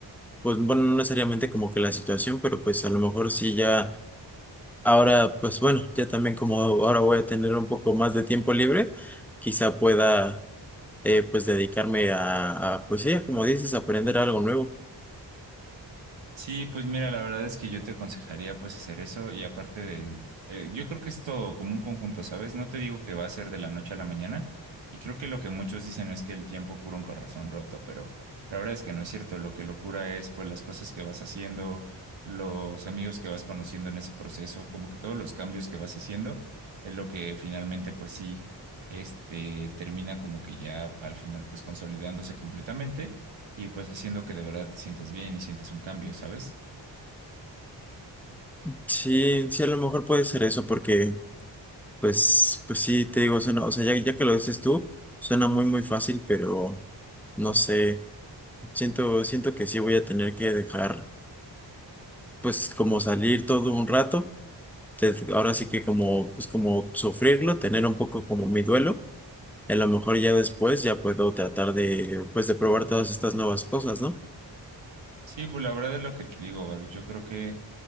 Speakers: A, in the centre; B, on the right.
A: pues bueno, no necesariamente como que la situación, pero pues a lo mejor sí ya Ahora, pues bueno, ya también como ahora voy a tener un poco más de tiempo libre, quizá pueda eh, pues dedicarme a, a, pues sí, como dices, aprender algo nuevo.
B: Sí, pues mira, la verdad es que yo te aconsejaría pues hacer eso y aparte de, eh, yo creo que es todo como un conjunto, ¿sabes? No te digo que va a ser de la noche a la mañana y creo que lo que muchos dicen es que el tiempo cura un corazón roto, pero la verdad es que no es cierto, lo que lo cura es pues las cosas que vas haciendo, los amigos que vas conociendo en ese proceso, como que todos los cambios que vas haciendo es lo que finalmente pues sí, este termina como que ya al final pues consolidándose completamente y pues haciendo que de verdad te sientas bien y sientas un cambio, ¿sabes?
A: Sí, sí, a lo mejor puede ser eso porque pues, pues sí, te digo, suena- o sea, ya, ya que lo dices tú, suena muy, muy fácil, pero no sé, siento, siento que sí voy a tener que dejar pues como salir todo un rato, te- ahora sí que como, pues como sufrirlo, tener un poco como mi duelo A lo mejor ya después ya puedo tratar de, pues, de probar todas estas nuevas cosas, ¿no?
B: Sí, pues la verdad es lo que te digo, Baruch. Yo creo que